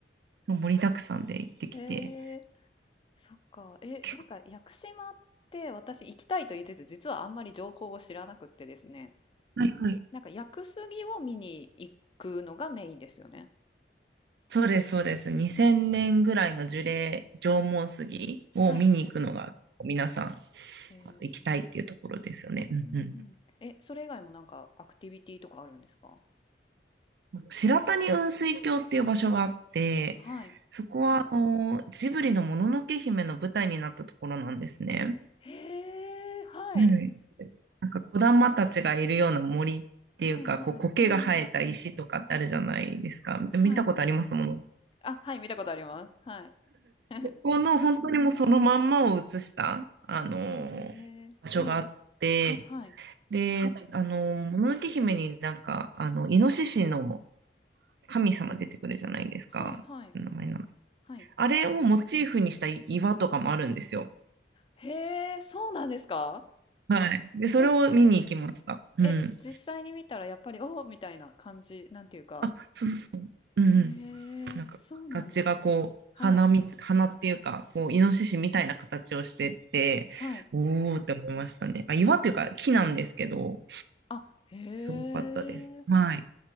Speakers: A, on the right (about 65°); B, on the left (about 30°).
A: もう盛りだくさんで行ってきて、
B: えー、そっか。え、
A: 結構
B: なんか屋久島って私行きたいと言いつつ、実はあんまり情報を知らなくってですね。
A: はいはい
B: なんか屋久杉を見に行くのがメインですよね。
A: そうです、そうです。2000年ぐらいの樹齢、
B: うん
A: 縄文杉を見に行くのが、
B: はい。
A: 皆さん
B: えー、
A: 行きたいっていうところですよね。
B: うんうんうん。
A: うんうん
B: え、それ以外もなんかアクティビティとかあるんですか
A: 白谷雲水峡っていう場所があって、
B: はい。
A: そこはあのジブリのもののけ姫の舞台になったところなんですね。
B: へえ、はい。
A: うん。なんか子玉たちがいるような森っていうか、
B: はいはい。
A: こう苔が生えた石とかってあるじゃないですか。
B: うん。はい。
A: 見たことありますもの。
B: あ、はい、見たことあります。はい。<laughs>
A: この本当にもうそのまんまを写した、あのー場所があって、
B: へえ。はい。はい。
A: で、あのーもののけ姫になんか、あの、イノシシの神様出てくるじゃないですか。
B: はい。はい。
A: 名前な
B: はい。
A: あれをモチーフにした岩とかもあるんですよ。
B: へえ、そうなんですか
A: はい。で、それを見に行きました。
B: え、
A: うん。
B: え、実際に見たらやっぱり、おおみたいな感じ、なんていうか。
A: あ、そうそう。うんうん。
B: へえ、
A: なんか、
B: そうなんですね。
A: 形がこう、
B: はい。
A: 花み、花っていうか、こう、イノシシみたいな形をしてて、
B: はい。
A: おーって思いましたね。あ、岩というか木なんですけど、
B: あ、へえ。
A: すごかったです。はい。